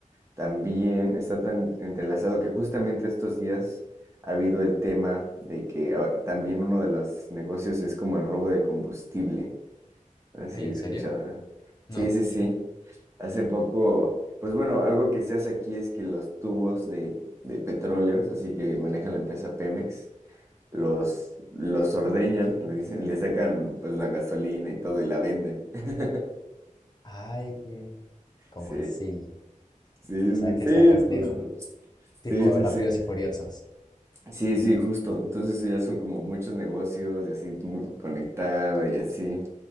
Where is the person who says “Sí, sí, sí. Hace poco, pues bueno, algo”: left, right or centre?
Right